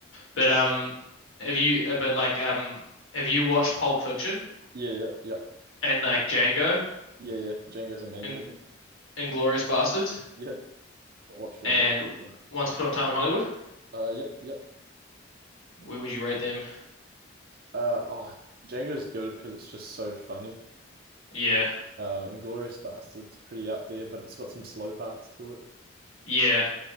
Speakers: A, on the left; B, on the right.
A: But um, have you? uh, But like um, have you watched Pulp Fiction
B: Yeah, yeah, yeah,
A: and like Django
B: yeah, yeah. Django's a mean
A: and
B: movie.
A: Inglorious Bastards
B: Yeah, I watched them
A: and
B: all. Yeah.
A: Once Upon a Time in Hollywood?
B: Uh, yep, yep.
A: Where would you rate them?
B: Uh, oh, Django's good because it's just so funny.
A: Yeah,
B: Um, Inglourious Basterds pretty up there, but it's got some slow parts to it.
A: yeah.